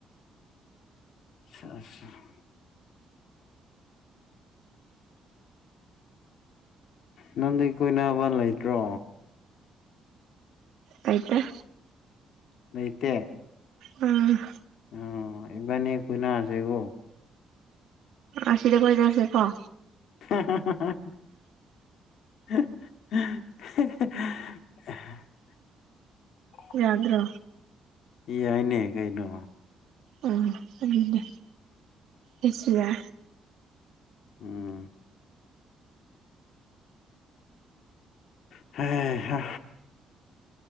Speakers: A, on the left; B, on the right.
A: <unintelligible> ꯅꯪꯗꯤ ꯀꯣꯏꯅꯕ ꯂꯩꯇ꯭ꯔꯣ
B: ꯂꯩꯇꯦ
A: ꯂꯩꯇꯦ
B: ꯑ
A: ꯎꯝ ꯏꯕꯥꯅꯤ ꯀꯣꯏꯅꯔꯁꯦꯀꯣ
B: ꯑꯁꯤꯗ ꯀꯣꯏꯔꯁꯦꯀꯣ
A: <unintelligible> <unintelligible>
B: ꯌꯥꯗ꯭ꯔꯣ
A: ꯌꯥꯏꯅꯦ ꯀꯩꯅꯣ
B: ꯎꯝ ꯑꯗꯨꯅꯦ ꯑꯦꯠꯁꯤꯔꯥ
A: ꯎꯝ ꯍꯥꯏ ꯍꯥ